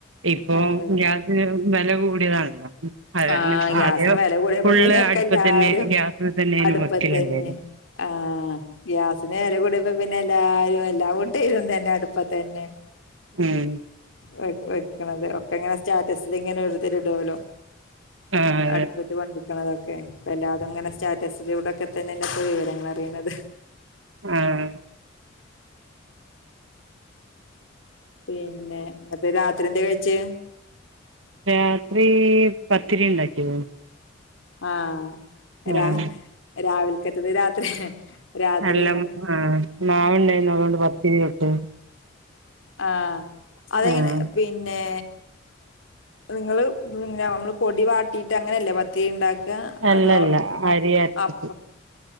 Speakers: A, on the right; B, on the left.
A: ഇപ്പൊ
B: പണികള്
A: ഗ്യാസ് വില കൂടിയതാണല്ലോ അത
B: ആഹ് ഗ്യാസിന്
A: അതെയോ
B: വെല കൂടിയപ്പോ
A: ഫുള്ള്
B: പിന്നെ ഒക്കെ
A: അടുപ്പ
B: എല്ലാരും
A: തന്നെ ഗ്യാസിന് തന്നെും
B: അടുപ്പത്തന്നെ
A: വെക്കലുണ്ടയ്ൻ
B: ആഹ് ഗ്യാസിന് വെല കൂടിയപ്പ പി പിന്നെ എല്ല ആരു എല്ല കൂട്ടരും തന്നെ അടുപ്പ തന്നെ
A: ഉം
B: വെവെക്കണുന്നത് ഒക്കെ ഇങ്ങനെ സ്റ്റാറ്റസിൽ ഇങ്ങനെ ഒരുരുത്തരു ഇടുല്ലോ
A: ആഹ്
B: അടുപ്പ
A: അതെ
B: ത് പഠിപിക്കണതൊക്കെ ഇപ്പ എല്ലാവരും ഇങ്ങനെ സ്റ്റാറ്റസിലൂടെൊക്കെ തന്നെല്ല ഇപ്പ വിവരങ്ങൾ അറിയണത്
A: ആഹ്
B: പിന്നെ ഇന്നതെ രാത്രി എന്ത് കഴിച്ച്
A: രാത്രി പത്തിരി ഉണ്ടാക്കിനൂ
B: ആഹ്
A: ആഹ്
B: രാ രാവൽക്കത്തത് രാത്രി രാത്രി
A: അല്ല ആ മാവണ്ടായിന്ന് അതുകൊണ്ട് പത്തിരിട്ടു
B: ആഹ് അതെങ്ങനെ
A: ആഹ്
B: പിന്നെ നിങ്ങള് പി ന്ന മ്മള് പൊടി വാട്ടിട്ട് അങ്ങനെല്ലേ പത്തിരി ണ്ടാക് ക്ക
A: അല്ലല്ല
B: അതോ
A: അരി അരച്ചിട്ട്
B: അപ്